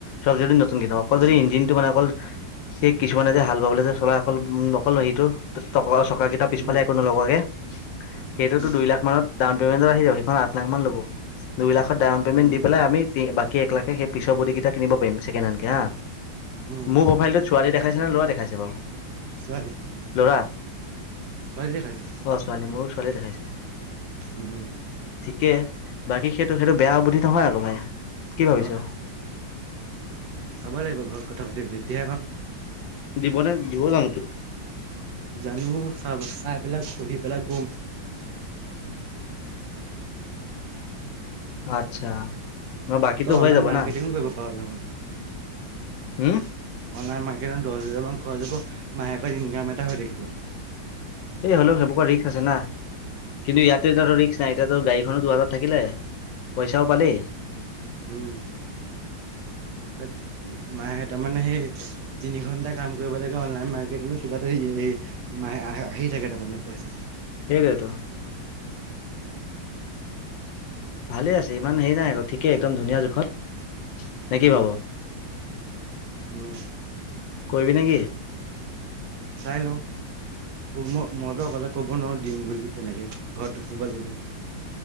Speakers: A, on the left; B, on the right.
A: চব যদি নতুনকে ল', অকল
B: উম
A: যদি ইঞ্জিন টো মানে অকল সেই কিছুমানে যে হাল বাবলৈ যে চলাই, অকল-অকল হেৰিটো <unintelligible> <unintelligible> চকাকেইটা পিছফালে
B: উম
A: একো নলগোৱাকৈ, সেইটোতো
B: উম
A: দুই লাখ মানত <unintelligible> <unintelligible> আহি যাব, সেইখন আঠা লাখ মান লব। দুই লাখত ডাউন পেমেণ্ট
B: উম,
A: দি পেলাই আমি বাক সেই এক লাখে সেই পিছৰ বডি কেইটা কিনিব পাৰি ছেকেণ্ড হেণ্ডকে হা,
B: উম,
A: মোৰ প্ৰফাইলটোত ছোৱালী দেখাইছে নে লৰা দেখাইছে বাৰু?
B: ছোৱালী
A: ল'ৰা?
B: ছোৱালী দেখাইছে।
A: অ ছোৱালী মোৰো ছোৱালী দেখাইছে।
B: উম।
A: ঠিকে বাকী সেইটো সেইটো বেয়া বুদ্ধি নহয় আকৌ ভাই কি ভাবিছ'?
B: হয়। চাব লাগিব ঘৰত কথা পাতি প তেতিয়াহে পাম।
A: দিবনে? দিব জানো তোক?
B: জানো চা চাই পেলাই সুধি পেলাই কম।
A: আচ্ছা। ন বাকীতো
B: ত'
A: হৈ
B: অনলাইন
A: যাব
B: মাৰ্কেটিং
A: না
B: কৰিব পাৰ য অনলাইন
A: উম
B: মা দহ হাজাৰ মান খৰচ হ'ব মাহেকত ইনকাম এটা হৈ থাকিব।
A: এই হ'লেও সেইবোৰত ৰিস্ক আছে না। কিন্তু ইয়াতো এতিয়াটো ৰিক্স নাই এতিয়াতো গাড়ীখনো তোৰ হাতত থাকিলে, পইচাও পালি।
B: উম।
A: <inaudible>
B: তাত মাহে তাৰমানে সেই তিনি ঘন্টা কাম কৰিব লাগে অনলাইন মাৰ্কেটিঙত কিবা এটা মাহে আহ-আহি থাকে তাৰমানে পইচা।
A: সেইটোৱেটো। ভালে আছে ইমান হেৰি নাই আকৌ ঠিকেই একদম ধুনীয়া জোখত। নে কি
B: উম,
A: ভাব
B: উম।
A: কৰিবি নেকি?
B: চাই লওঁ মই মইতো অকলে ক'ব নোৱাৰো। দিম বুলি তেনেকে ঘৰটো ক'ব লাগিব।